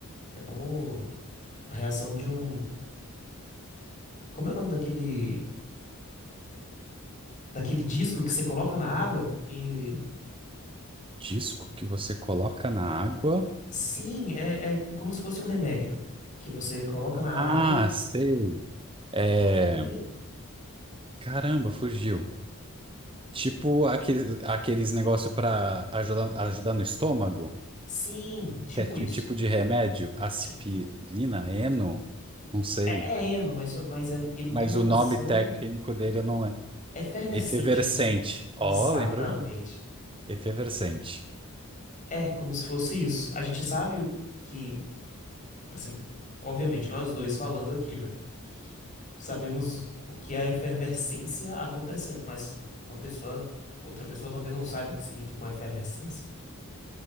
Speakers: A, on the left; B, on the right.
A: É como a reação de um. Como é o nome daquele. Daquele disco que você coloca na água e.
B: Disco que você coloca na água.
A: Sim, é, é como se fosse um remédio. Que você coloca na
B: Ah,
A: água.
B: sei. É...
A: Como é o nome dele?
B: Caramba, fugiu. Tipo aqueles, aqueles negócios para ajudar, ajudar no estômago,
A: Sim, tipo
B: que é
A: isso.
B: um tipo de remédio, aspirina,
A: Tipo,
B: eno, não sei.
A: é, é eno, mas, mas ele ele tem
B: Mas
A: uma
B: o nome
A: ação.
B: técnico dele eu não lembro.
A: É efervescente,
B: Efervescente.
A: ele tem um... Exatamente.
B: Ó, lembra? o nome. Efervescente.
A: É, como se fosse isso. A gente sabe que, assim, obviamente, nós dois falando aqui, né? Sabemos o que é a efervescência acontecendo, mas uma pessoa, outra pessoa talvez não saiba o que significa uma efervescência.